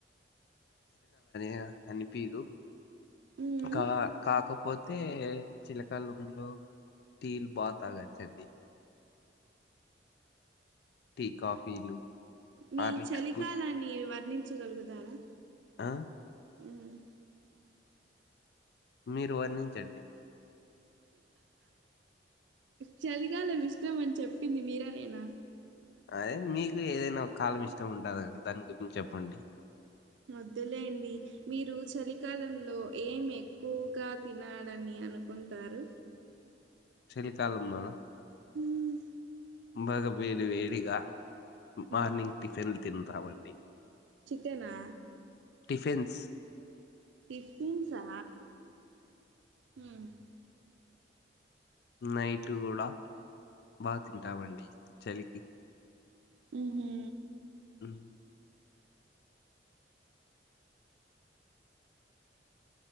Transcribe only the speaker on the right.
మ్మ్
మీ
చలికాలాన్ని వర్ణించ్ గలుగుతారా
ఉహ్మ్
చలికాలం ఇష్టం. అని చెప్పింది మీరా నేనా
వదులేండి. మీరు చలికాలంలో ఏం ఎక్కువగా తినలని అనుకుంటారు.
మ్మ్.
మ్మ్.
చికెనా
టిఫిన్ సా ఉహ్మ్
ఉహ్ హు